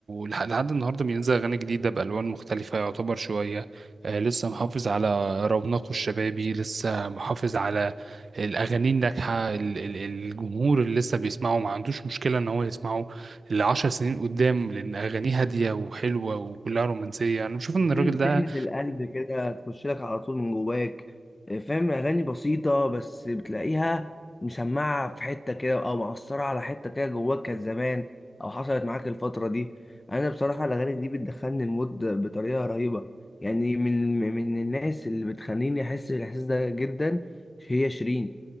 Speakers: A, on the right; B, on the left.
A: لح- لحد النهارده بينزل اغاني جديده بالوان مختلفه يعتبر شويه آه، لسه محافظ على رونقه الشبابي لسه محافظ على الاغاني الناجحه ال- ال- الجمهور اللي لسه بيسمعه ما عندوش مشكله ان هو يسمعه لعشر سنين قدام لأن أغانيه هادية وحلوة وكلها رومانسية أنا بشوف إن الراجل
B: تلم-
A: ده
B: تلمس القلب كده تخش لك على طول من جواك آه، فاهم اغاني بسيطه بس بتلاقيها مسمعه في حته كده او مأثره على حته كده جواك كانت زمان او حصلت معاك الفتره دي انا بصراحه الاغاني دي بتدخلني المود بطريقه رهيبه يعني من من الناس اللي بتخليني احس بالاحساس ده جدا هي شيرين